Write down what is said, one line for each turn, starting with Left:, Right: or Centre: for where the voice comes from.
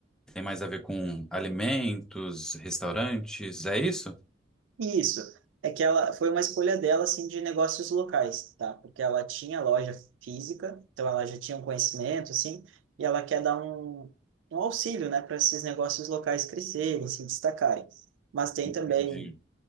Centre: tem mais a ver com alimentos, restaurantes, é isso?
Right: Isso. É que ela foi uma escolha dela, assim, de negócios locais, tá? Porque ela tinha loja física, então ela já tinha um conhecimento, assim, e ela quer dar um, um auxílio, né, para esses negócios locais crescerem, se destacarem. Mas tem
Centre: Entendi.
Right: também